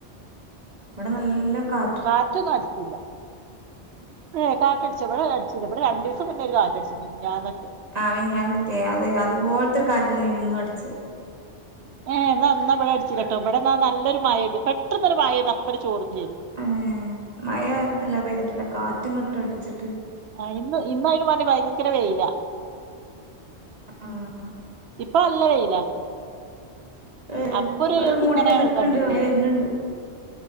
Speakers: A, on the right (about 35°); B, on the right (about 70°).
A: ഇവിടെ നല്ല കാ
B: കാറ്റൊന്നു അടിച്ചില്ല ഏ കാറ്റടിച്ചോ ഇവിടെ അടിചീല ഇവിടെ രണ്ട് ദിവസം മുന്നേ ഒരു കാറ്റടിച്ച് മിഞ്ഞാന്നാറ്റം
A: ആ മിഞ്ഞാന്നറ്റെ അതെ അതുപോലത്തെരു കാറ്റന്നേനു ഇന്നു അടിച്ചേ
B: ഏഹ എന്നാനാവിടെ അടിചില്ല കെട്ടോ ഇവിടൊ നല്ലൊരു മഴേത് പെട്ടന്നൊരു മഴ ഇത് അപ്പട് ചോറെം ചെയ്ത്
A: ഏഹ് മഴ എല്ലാ പെയ്തിട്ടില്ല കാറ്റിങ്ങട്ടടിച്ചിട്ട്
B: ആ ഇന്ന് ഇന്നായിനും വേണ്ടി ഭയങ്കര വെയില
A: ആഹ്
B: ഇപ്പൊ നല്ല വെയില
A: ഏഹ്
B: അപ്പൊ
A: ഇവിടെ
B: ര്ത്ങ്ങനെ
A: മൂടിക്കെ നിക്ക്ണ്ട്
B: കണ്ടിന്യു
A: മഴ വര്ന്ണ്ട്